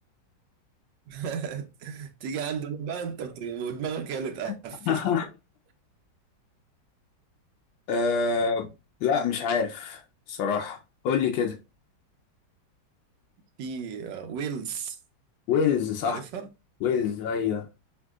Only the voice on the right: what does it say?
<laughs> تيجي عندنا بقى أنت بت... ودماغك هي اللي تقفل
<laughs>
في آه، ويلز
عارفها